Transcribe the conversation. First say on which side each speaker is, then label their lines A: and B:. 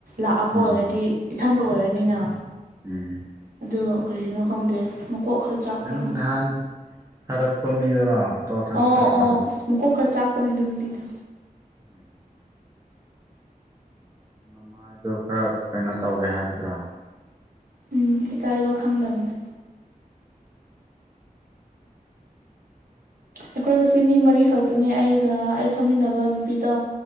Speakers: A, on the right; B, on the right.
A: ꯂꯥꯛꯑꯝꯕ
B: ꯎꯝ
A: ꯑꯣꯏꯔꯗꯤ ꯏꯊꯟꯇ ꯑꯣꯏꯔꯅꯤꯅ
B: ꯎꯝ
A: ꯑꯗꯨ ꯀꯔꯤꯅꯣ ꯈꯪꯗꯦ ꯃꯀꯣꯛ ꯈꯔ ꯆꯥꯛꯄ꯭ꯔꯥ
B: ꯅꯪ
A: ꯈꯪꯗꯦ
B: ꯅꯍꯥꯟ ꯊꯥꯔꯛꯄ ꯃꯤꯗꯨꯔꯣ
A: ꯑꯣ
B: ꯊꯥꯔꯛꯄꯗꯣ
A: ꯑꯣ ꯑꯁ ꯃꯀꯣꯛ ꯈꯔ ꯆꯥꯛꯄꯅꯦ ꯑꯗꯨ ꯅꯨꯄꯤꯗꯨ
B: ꯎꯝ ꯃꯃꯥꯏꯗꯣ ꯈꯔ ꯀꯩꯅꯣ ꯇꯧꯒꯦ ꯍꯥꯏꯕꯗꯨꯔꯥ
A: ꯎꯝ ꯏꯀꯥꯏꯕ ꯈꯪꯗꯕꯅꯦ
B: ꯎꯝ
A: ꯑꯩꯈꯣꯏꯒꯤꯁꯦ ꯃꯤ ꯃꯔꯤ ꯈꯛꯇꯅꯦ ꯑꯩꯒ ꯑꯩ ꯐꯝꯃꯤꯟꯅꯕ ꯅꯨꯄꯤꯗꯣ